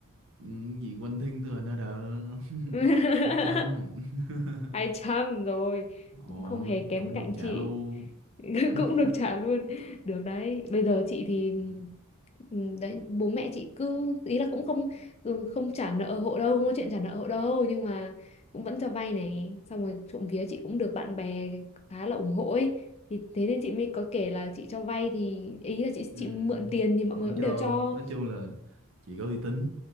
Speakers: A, on the right (about 60°); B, on the left (about 30°).
A: những gì quanh thiên tôi là nó đỡ <laughs>
B: <laughs>
A: hai trăm <laughs>
B: hai trăm rồi
A: ồ
B: cũng không hề kém
A: cũng
B: cạnh
A: được trả
B: chị
A: luôn
B: <laughs>
A: <laughs>
B: cũng được trả luôn được đấy bây giờ chị thì
A: Ừ,
B: ừm, đấy bố mẹ chị cứ ý là cũng không ừ, không trả nợ hộ đâu không có chuyện trả nợ hộ đâu nhưng mà cũng vẫn cho vay này xong rồi trộm vía chị cũng được bạn bè khá là ủng hộ ấy thì thế nên chị mới có kể là chị cho vay thì ý là chị
A: ừ,
B: chị mượn tiền thì mọi
A: vẫn
B: người cũng
A: cho
B: đều cho
A: đó. nói chung là chỉ có uy tín